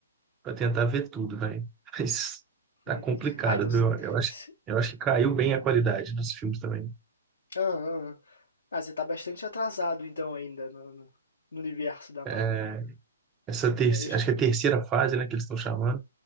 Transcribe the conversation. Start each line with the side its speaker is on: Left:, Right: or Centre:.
Right: para tentar ver tudo, velho. <laughs> Mas tá
Left: Ah,
Right: complicado,
Left: entendi. Ah, então.
Right: viu?
Left: se-
Right: Eu acho,
Left: se-
Right: eu acho que caiu bem a qualidade dos filmes também.
Left: Ah, ah, ah. Ah, você tá bastante atrasado então ainda no, no- no universo da
Right: É,
Left: Marvel.
Right: Essa terceira,
Left: É, eu já-
Right: acho que é a terceira fase, né, que eles estão chamando.